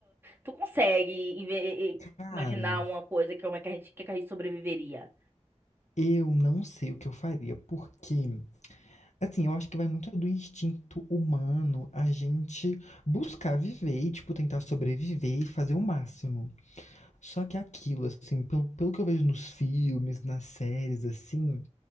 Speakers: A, on the right; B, on the left.
A: tu consegue inve-
B: Cara.
A: imaginar uma coisa como é que a gente, que é que a gente sobreviveria.
B: Eu não sei o que eu faria, porque, assim, eu acho que vai muito do instinto humano a gente buscar viver e, tipo, tentar sobreviver e fazer o máximo. Só que aquilo, assim, pelo, pelo que eu vejo nos filmes, nas séries, assim,